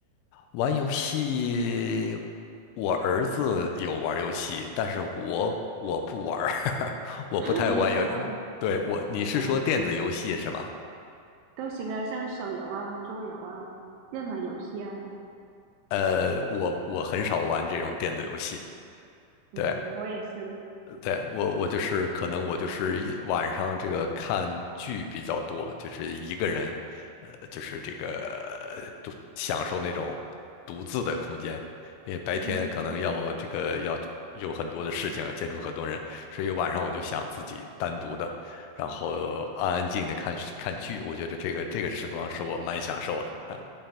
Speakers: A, on the left; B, on the right.
A: 玩游戏，我儿子有玩游戏，但是我我不玩儿 <laughs> 我不太玩游。
B: <laughs> 你也不玩，
A: 对，我，你是说电子游戏是吗？
B: 嗯，都行啊，像手游啊、桌游啊，任何游戏啊，
A: 呃，我我很少玩这种电子游戏。
B: 嗯，
A: 对，
B: 我也是，
A: 对，我，我就是可能我就是一晚上这个看剧比较多，就是一个人，呃，就是这个独享受那种独自的空间，因为白天可能要这个要有很多的事情，
B: 嗯。
A: 要接触很多人，所以晚上我就想自己单独的，然后安安静静的看看剧，我觉得这个这个时光是我蛮享受的啊。